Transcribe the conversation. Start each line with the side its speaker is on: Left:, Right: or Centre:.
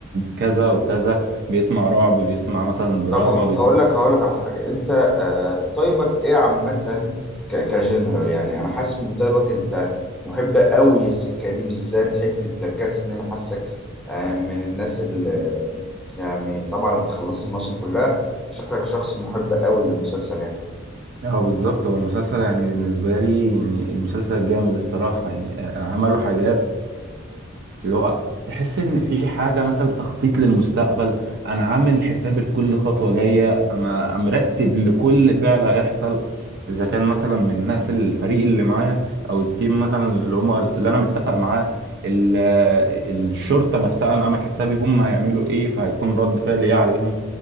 Right: كذا وكذا بيسمع رعب بيسمع مثلا دراما
Centre: طب اه
Right: بيسمع
Centre: هقول لك هقول لك على حاجه انت آه، طيبك ايه عامه ك... كجنرال يعني انا حاسس من طيبك انت محب قوي للسكه دي بالذات حته لكاس ان انا حاسك آه، من الناس اللي يعني طبعا انت خلصت الموسم كلها شكلك شخص محب قوي للمسلسل يعني
Right: اه بالظبط هو المسلسل يعني بالنسبه لي يعني المسلسل جامد الصراحه يعني عملوا حاجات اللي هو تحس ان في حاجه مثلا تخطيط للمستقبل انا عامل حساب لكل خطوه جايه انا مرتب لكل فعل هيحصل اذا كان مثلا من الناس الفريق اللي معايا او التيم مثلا اللي هم اللي انا متفق معاه ال- الشرطه نفسها انا عامل حسابي هم هيعملوا ايه فهيكون رد فعل ايه عليهم